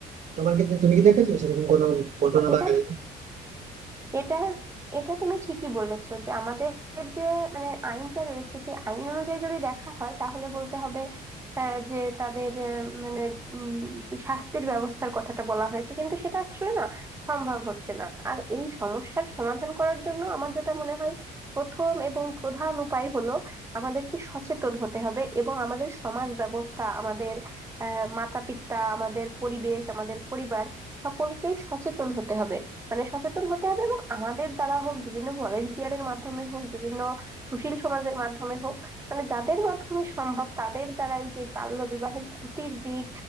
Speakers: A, on the right; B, on the right.
A: তোমার কি তুমি কি দেখেছো সেরকম কোনো ঘটনা
B: এটা
A: বা কাহিনী
B: এটা এটা তুমি ঠিকই বলেছো যে আমাদের যে মানে আইনটা রয়েছে সেই আইন অনুযায়ী যদি দেখা হয় তাহলে বলতে হবে আহ, যে তাদের আহ, মানে উম, যে শাস্তির ব্যবস্থার কথাটা বলা হয়েছে কিন্তু সেটা আসলে না সম্ভব হচ্ছে না আর এই সমস্যার সমাধান করার জন্য আমার যেটা মনে হয় প্রথম এবং প্রধান উপায় হলো আমাদেরকে সচেতন হতে হবে এবং আমাদের সমাজ ব্যবস্থা আমাদের আহ মাতা পিতা আমাদের পরিবেশ আমাদের পরিবার সকলকেই সচেতন হতে হবে মানে সচেতন হতে হবে এবং আমাদের দ্বারা হোক বিভিন্ন ভলেন্টিয়ারের মাধ্যমে হোক বিভিন্ন সুশীল সমাজের মাধ্যমে হোক মানে যাদের মাধ্যমে সম্ভব তাদের দ্বারাই যে বাল্য বিবাহের ক্ষতির দিক